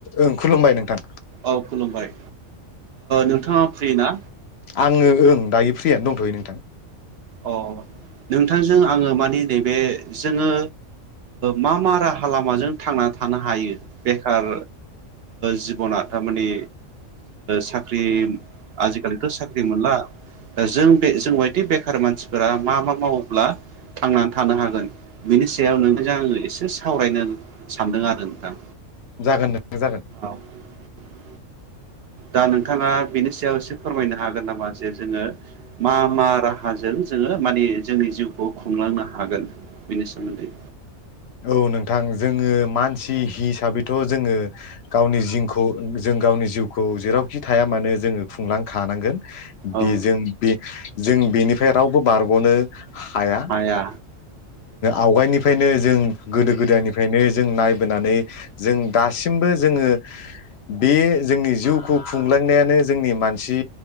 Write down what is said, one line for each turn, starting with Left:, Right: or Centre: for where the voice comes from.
Left: ओं खुलुमबाय नोंथां।
Right: औ खुलुमबाय नोंथाङा फ्रि ना?
Left: आङो ओं दायो फ्रियानो दंथ'यो नोंथां।
Right: अ नोंथांजों आङो मानि नैबे जोङो मा मा राहा लामाजों थांनानै थानो हायो बेखार जिबना थारमानि साख्रि साख्रि आजिखालिथ' साख्रि मोनला जों बे जों बायदि बे मानसिफोरा मा मा मावोब्ला थांनानै थानो हागोन बिनि सायाव नों जों आजों एसे सावरायनो सानदों आरो नोंथां।
Left: जागोन नों जागोन।
Right: औ <inaudible> दा नोंथाङा बिनि सायाव एसे फोरमायनो हागोन नामा जे जोङो मा मा राहाजों जोङो माने जोंनि जिउखौ खुंलांनो हागोन बेनि सोमोन्दै
Left: औ नोंथां जोङो मानसि हिसाबैथ' जोङो गावनि जिउखौ जों गावनि जिउखौ जेरावखि थाया मानो जोङो खुंलांखानांगोन।
Right: औ
Left: बेजों बे जों बेनिफ्राय रावबो बारग'नो हाया
Right: आया।
Left: आवगायनिफ्रायनो जों गोदो गोदायनिफ्रायनो जों नायबोनानै जों दासिमबो जोङो बे जोंनि जिउखौ खुंलांनायानो जोंनि मानसि